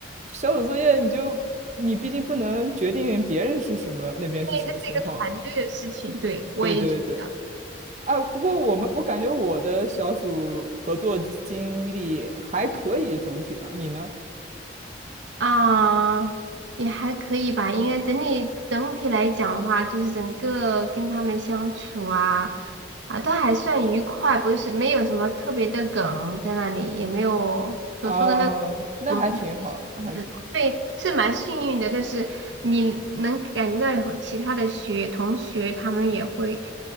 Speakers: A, on the right; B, on the right.
A: 小组作业，你就你毕竟不能决定别人是什么那边是什么情况。
B: 为这是一个团队的事情，对，我也觉得。
A: 对对对。啊，不过我们我感觉我的小组合作经历还可以，总体上，你呢？
B: 啊，也还可以吧。应该整体整体来讲的话，就是整个跟他们相处啊，啊，都还算愉快，不是没有什么特别的梗在那里，也没有所说的那
A: 啊，那还挺好的，
B: 种族歧
A: 那还挺。
B: 视的对，是蛮幸运的。但是你能感觉到有其他的学同学，他们也会